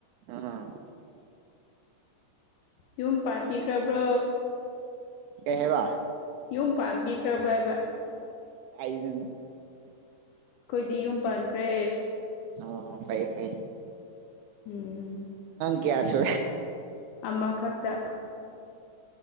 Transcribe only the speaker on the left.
ꯌꯨꯝ ꯄꯥꯄꯤꯒ꯭ꯔꯕ꯭ꯔꯣ
ꯌꯨꯝ ꯄꯥꯟꯕꯤꯈ꯭ꯔꯕ꯭ꯔ ꯍꯥꯏꯕ
ꯑꯩꯈꯣꯏꯗꯤ ꯌꯨꯝ ꯄꯥꯟꯈ꯭ꯔꯦ
ꯎꯝ
ꯑꯃꯈꯛꯇ